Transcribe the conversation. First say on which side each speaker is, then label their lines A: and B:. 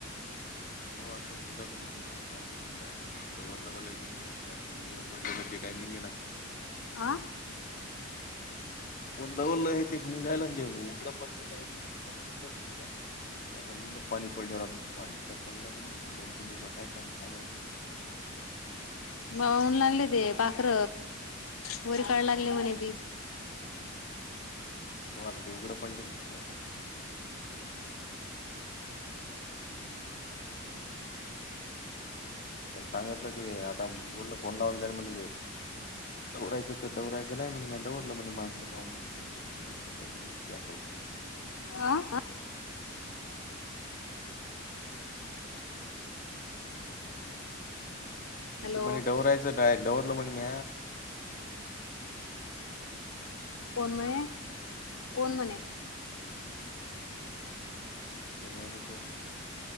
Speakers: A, on the left; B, on the left.
A: हो आता शेतातून आलू जाऊन पाहून काय कुठे वल्ल वल्लाय त निघल बाकी उघडं पडलेलं ते काही नाही घे ना <unintelligible>
B: आं <unintelligible>
A: ओलं ओल्लं हे ते निघायला ते उघडं पडलेलं आहे बी ते काही निघलंच नाही तेजून क आता निघल पाणी पडल्यावरून पाणी काय पडलं नाही दोन तीन दिवसात आहे पाणी सांगाय
B: बन लागले ते पाखर वोरी काढ लागली म्हणे बी
A: हो आता ते उघडं पडलेल खाणार त्या सांगितलं ते आता बोलल फोन लावला त म्हलं ते डवायचं तर दडवायचं नाही म्हणे मी डवरलं म्ह म माणसं लावून म्ह त म कि पडतो
B: हा हा हॅलो
A: ते म्हणे डवरायचं काय दवरल म्हणे मी
B: कोण म्हणे कोण म्हणे
A: ण्याने सर